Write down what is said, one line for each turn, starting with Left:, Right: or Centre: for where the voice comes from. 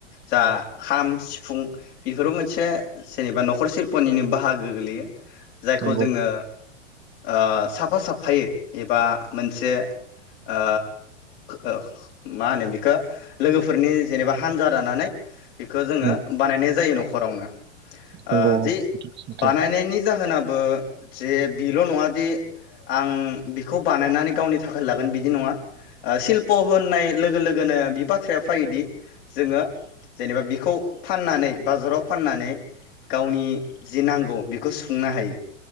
Left: जा खाम सिफुं बेफोरबो मोनसे जेनेबा न'खर सिल्पनिनो बाहागो गोलैयो जायखौ
Right: नंगौ
Left: जोङो ओ साफा साफ फायै एबा मोनसे ओ ओ मा होनो बिखो लोगोफोरनि जेनेबा हानजा दानानै बेखो जोङो
Right: उम,
Left: बानायनाय जायो न'ख खरावनो आ
Right: नंगौ
Left: जि
Right: सैथो सैथो
Left: बानायनायनि जाहोना बो जे बिल नङादि आं बिखौ बानायनानै गावनि थाखाय लागोन बिदि नङा ओ सिल्प होननाय लोगो लोगोनो बि बाथ्राया फायोदि जोङो जेनेबा बिखौ फाननानै बाजाराव फाननानै गावनि जि नांगौ बिखौ सुफुंनो हायो